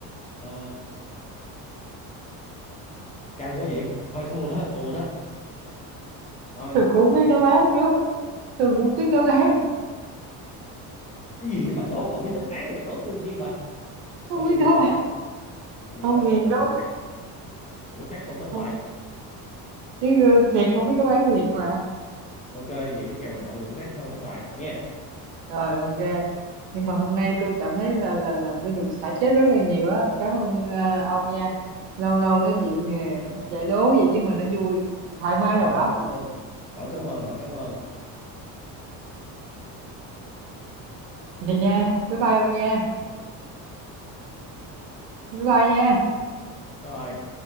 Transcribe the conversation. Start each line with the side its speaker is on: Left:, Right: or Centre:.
Left: Ờ, căng quá vậy thôi thua đó thua đó thôi
Right: tôi cũng không
Left: coi
Right: biết
Left: như
Right: đáp án nữa tôi cũng không biết đáp
Left: coi
Right: án
Left: như cái gì bà đố bà biết đáp án bà đố tôi chi bà
Right: không
Left: thôi về
Right: biết đáp
Left: quê đó
Right: án
Left: à, vậy
Right: không
Left: coi
Right: thiệt
Left: như là
Right: đâu
Left: bữa khác bữa khác phân thắng
Right: không,
Left: bại
Right: chứ ờ, thiệt không biết đáp án thiệt mà
Left: ok vậy cái kèo nhậu này bữa khác phân thắng bại nha
Right: rồi ok nhưng mà hôm nay tôi cảm thấy là là là tôi được xả stress rất là nhiều á cảm ơn ờ, ông nha lâu lâu nói chuyện ờ, giải đố vậy chứ mình nó vui thoải mái đầu
Left: khỏi
Right: óc
Left: khỏi cảm ơn khỏi cảm ơn khỏi cảm ơn
Right: vậy nha bye bye ông nha bye bye nha
Left: rồi